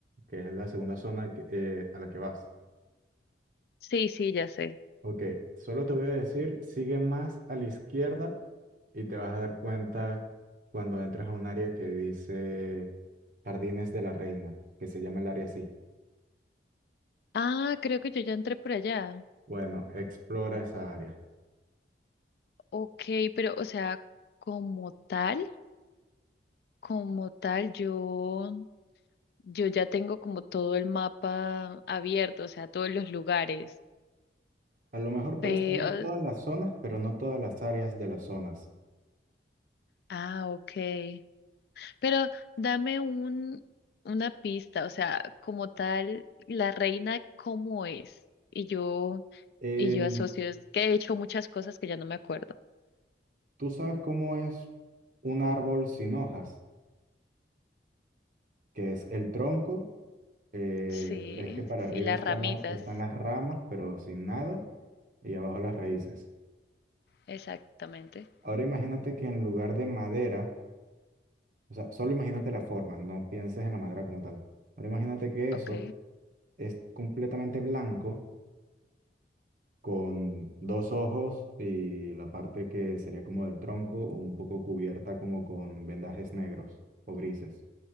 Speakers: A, on the right; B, on the left.
A: Que es la segunda zona que- eh, a la que vas.
B: Sí, sí, ya sé.
A: Ok, solo te voy a decir, sigue más a la izquierda y te vas a dar cuenta cuando entras a un área que dice Jardines de la Reina, que se llama el área así.
B: Ah, creo que yo ya entré por allá.
A: Bueno, explora esa área.
B: Ok, pero o sea, como tal, como tal, yo, yo ya tengo como todo el mapa abierto, o sea, todos los lugares.
A: A lo mejor puedes
B: Pero,
A: tomar todas las zonas, pero no todas las áreas de las zonas.
B: ah, ok. Pero dame un, una pista, o sea, como tal, la reina, ¿cómo es? Y yo,
A: Em,
B: y yo asocio, es que he hecho muchas cosas que ya no me acuerdo.
A: ¿tú sabes cómo es un árbol sin hojas? Que es el tronco eh,
B: Sí,
A: ves que para arriba
B: y las
A: están
B: ramitas,
A: las, están las ramas, pero sin nada, y abajo las raíces.
B: exactamente.
A: Ahora imagínate que en lugar de madera, o sea, solo imagínate la forma, no pienses en la madera como tal. Ahora imagínate que
B: Ok.
A: eso es completamente blanco, con dos ojos y la parte que sería como del tronco, o un poco cubierta como con vendajes negros o grises.